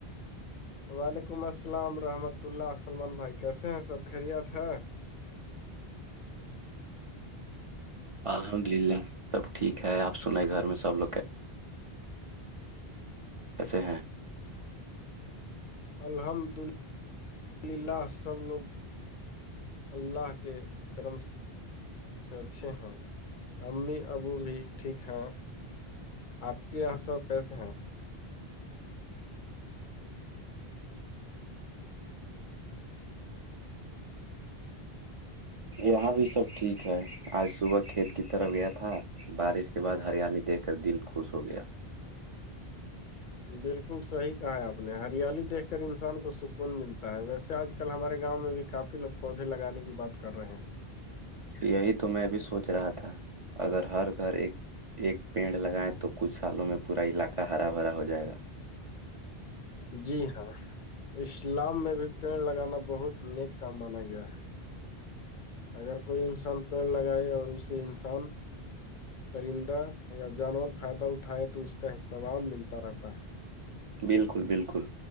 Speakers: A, on the left (about 60°); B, on the right (about 45°).
A: وعلیکم السلام رحمت اللہ سلمان بھائی کیسے ہیں سب خیریت ہے
B: الحمد للہ سب ٹھیک ہے آپ سن گھر میں سب لوگ کیا ایسے ہیں
A: الحمد للہلہ سب لوگ اللہ کے کرم سے اچھے ہیں امی ابو بھی ٹھیک ہیں آپ کے یہاں سو پیسے ہیں
B: یہاں بھی سب ٹھیک ہے آج صبح کھیت کی طرف گیا تھا بارش کے بعد ہریالی دیکھ کر دل خوش ہو گیا
A: بالکل صحیح کہا ہے آپ نے ہریالی دیکھ کر انسان کو سکون ملتا ہے ویسے آج ک کل ہمارے گاؤں میں بھی کافی لوگ پودے لگانے کی بات کر رہے ہیں
B: یہی تو میں بھی سوچ رہا تھا اگر ہر گھر ایک ایک پیڑ لگائیں تو کچھ سالوں میں پورا علاقہ ہرا بھرا ہو جائے گا
A: جی ہاں اسلام میں بھی پیڑ لگانا بہت نیک کام مانا گیا ہے اگر کوئی انسان پیڑ لگائے اور اسے انسان پرندہ یا جانور فائدہ اٹھائے تو اس کا سباب ملتا رہتا ہے
B: بالکل بالکل